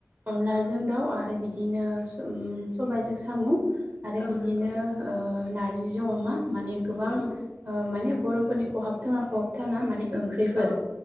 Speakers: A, on the right (about 45°); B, on the left (about 35°).
A: अनलाजों दाउ आरो बिदिनो उम सबायजों सामु
B: औ
A: बिदिनो
B: नंगौ
A: ओ नारजिजों अमा माने गोबां
B: औ
A: माने बर'फोरनि खहाबथावना खहाबथावना माने ओंख्रैफोर
B: औ